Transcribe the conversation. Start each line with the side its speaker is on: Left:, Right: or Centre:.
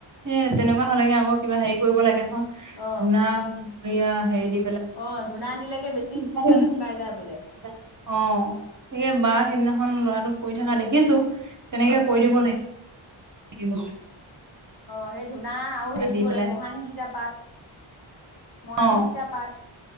Right: এ তেনেকুৱা হলেকে আকৌ কিবা হেৰি কৰিব লাগে নহয়
Left: অ অ
Right: ধূনা হেইয়া হেৰি দি
Left: অ ধূনা দিলেগে বেছি
Right: <unintelligible>
Left: সোনকালে শুকাই যায় বোলে
Right: অ' তাকে বা সেইদিনাখন ল'ৰাটোক কৰি থকা দেখিছো, তেনেকে
Left: অ
Right: কৰি দিব লাগে। লাগিব।
Left: অ' সেই ধুনা আৰু হেৰি
Right: দি
Left: দিব
Right: পেলাই
Left: লাগিব মহানিম টিতা পাট, মহানিম
Right: অ
Left: টিতা পাট।